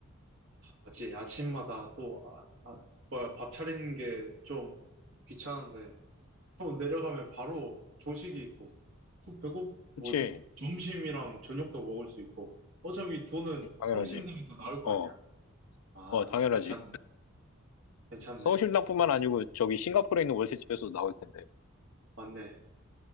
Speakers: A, on the right; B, on the left.
A: 아침, 아침마다 또, 아, 아, 뭐야, 밥 차리는 게 좀 귀찮은데, 또 내려가면 바로 조식이 있고, 또 배고, 뭐지?
B: 그치
A: 점심이랑 저녁도 먹을 수 있고, 어차피 돈은
B: 음, 당연하지
A: 성심당에서 나올 거
B: 어,
A: 아니야. 아,
B: 어, 당연하지.
A: 괜찮네. 괜찮네.
B: 성심당뿐만 아니고 저기 싱가포르에 있는 월세집에서도 나올 텐데.
A: 맞네.